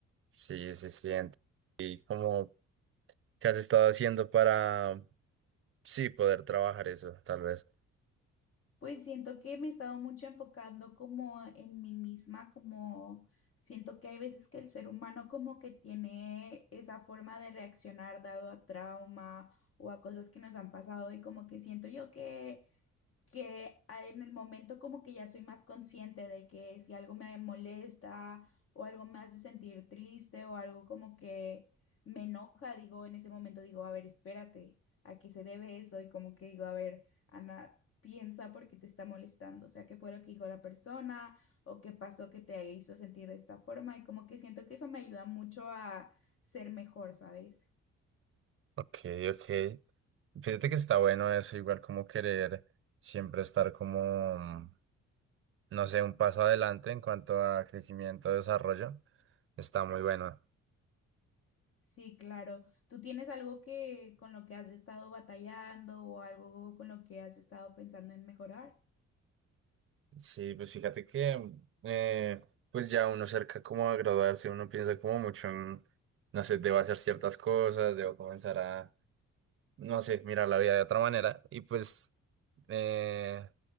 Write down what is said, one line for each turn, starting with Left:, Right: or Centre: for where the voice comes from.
Right: Sí, sí, sí. ent- ¿Y cómo, qué has estado haciendo para, sí, poder trabajar eso, tal vez?
Left: Pues siento que me he estado mucho enfocando como en mí misma, como siento que hay veces que el ser humano como que tiene esa forma de reaccionar dado a trauma o a cosas que nos han pasado y como que siento yo que que a- en el momento como que ya soy más consciente de que si algo me molesta o algo me hace sentir triste o algo como que me enoja, digo, en ese momento digo, a ver, espérate, ¿a qué se debe eso? Y como que digo, a ver, Ana, piensa por qué te está molestando, o sea, qué fue lo que dijo la persona o qué pasó que te hizo sentir de esta forma y como que siento que eso me ayuda mucho a ser mejor, ¿sabes?
Right: Ok, ok. Fíjate que está bueno eso, igual como querer siempre estar como, no sé, un paso adelante en cuanto a crecimiento, desarrollo. Está muy bueno.
Left: Sí, claro. ¿Tú tienes algo que con lo que has estado batallando o algo con lo que has estado pensando en mejorar?
Right: Sí, pues fíjate que, eh, pues ya uno cerca como a graduarse, uno piensa como mucho en, no sé, debo hacer ciertas cosas, debo comenzar a, no sé, mirar la vida de otra manera y pues eh,